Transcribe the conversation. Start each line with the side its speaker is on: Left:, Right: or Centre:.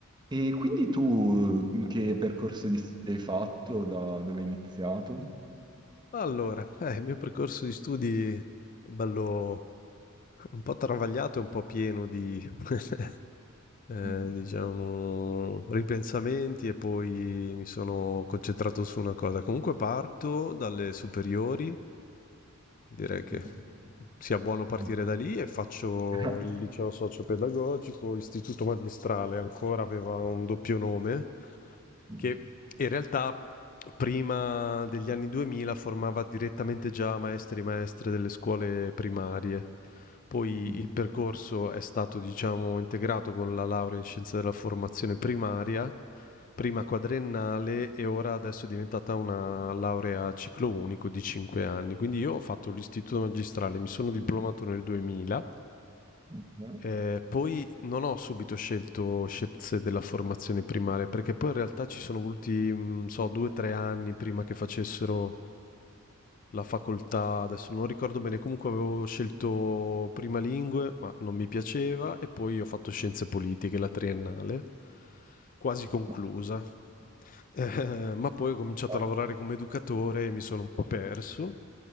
Right: E quindi tu eh, che percorso di studi hai fatto, da dove hai iniziato?
Left: Allora, eh, il mio percorso di studi è bello un po' travagliato e un po' pieno di, <laughs> eh,
Right: Mhm,
Left: diciamo, ripensamenti e poi mi sono concentrato su una cosa. Comunque parto dalle superiori, direi che
Right: mhm,
Left: sia buono partire
Right: mhm,
Left: da lì e faccio
Right: <laughs>
Left: il liceo socio-pedagogico, istituto magistrale, ancora aveva un doppio nome,
Right: mhm,
Left: che in realtà prima degli anni 2000 formava direttamente già maestri e maestre delle scuole primarie. Poi
Right: mhm.
Left: il percorso è stato, diciamo, integrato con la laurea in scienze della formazione primaria prima quadriennale e ora adesso è diventata una laurea a ciclo unico di 5 anni. Quindi io ho fatto l'istituto magistrale, mi sono diplomato nel 2000,
Right: mhm. No,
Left: eh, poi non ho subito scelto scienze della formazione primaria, perché poi in realtà ci sono voluti, mh, so, due o tre anni prima che facessero la facoltà, adesso non ricordo bene, comunque avevo scelto prima lingue, ma non mi piaceva, e poi ho fatto scienze politiche, la triennale, quasi conclusa.
Right: no,
Left: Eh, ma poi ho cominciato
Right: Poi,
Left: a lavorare come educatore e mi sono un po' perso.